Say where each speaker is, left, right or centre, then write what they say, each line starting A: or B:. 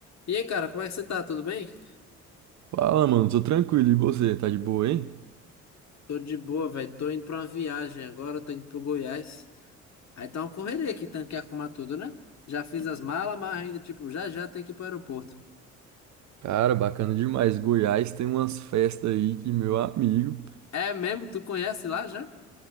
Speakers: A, on the left; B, on the right.
A: E aí, cara, como é que você tá? Tudo bem?
B: Fala, mano, tô tranquilo. E você, tá de boa, hein?
A: Tô de boa, velho. Tô indo pra uma viagem agora, tô indo pro Goiás. Aí tá uma correria aqui, tendo que arrumar tudo, né? Já fiz as malas, mas ainda, tipo, já já tem que ir pro aeroporto.
B: Cara, bacana demais. Goiás tem umas festas aí que meu amigo.
A: É mesmo? Tu conhece lá já?